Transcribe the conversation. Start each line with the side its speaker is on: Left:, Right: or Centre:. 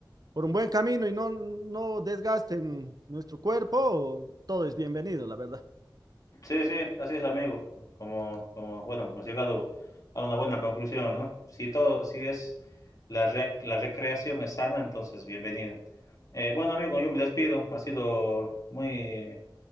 Right: por un buen camino y no, no desgasten nuestro cuerpo, todo es bienvenido, la verdad.
Left: Sí, sí, así es, amigo. Como, como bueno, hemos llegado a una buena conclusión, ¿no? Si todo, si es la, rec- la recreación es sana, entonces bienvenido. Eh, bueno, amigo, yo me despido. Ha sido muy,